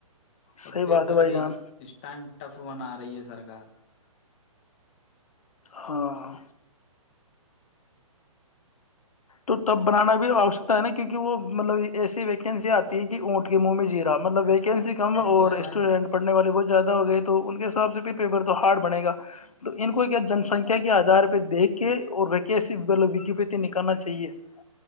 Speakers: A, on the left; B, on the left.
A: اور
B: صحیح
A: پیپر
B: بات ہے بھائی
A: بھی
B: جان
A: اس اس ٹائم ٹف بنا رہی ہے سرکار <unintelligible>
B: ہاں <unintelligible> تو تب بنانا بھی آوشکتا ہے نا کیونکہ وہ مطلب ایسی ویکنسی آتی ہے کہ اونٹ کے منہ میں جیرا مطلب ایک <unintelligible> ویکنسی کم
A: وہ
B: اور
A: تو ہے بھائی
B: اسٹوڈنٹ پڑنے والے بہت <unintelligible> زیادہ ہو گئے تو ان کے حساب سے پھر پیپر تو ہارڈ بنے گا <unintelligible> تو ان کو کیا جنسنکھیا <unintelligible> کے آدار پہ دیکھ کے اور وکیسی مطلب وکیپت <unintelligible> نکالنا چاہیے <unintelligible>